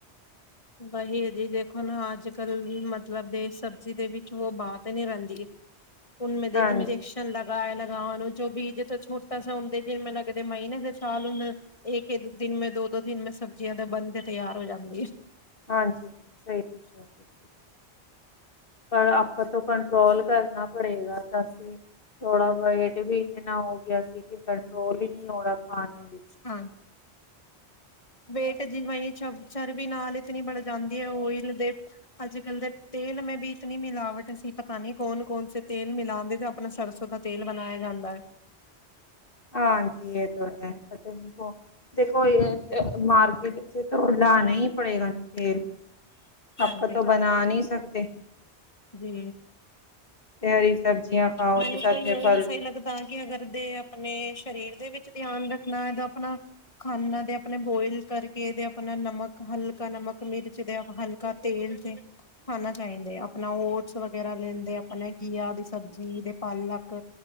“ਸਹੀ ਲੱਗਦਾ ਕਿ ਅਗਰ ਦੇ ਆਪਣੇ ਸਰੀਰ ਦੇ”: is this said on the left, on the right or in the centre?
Left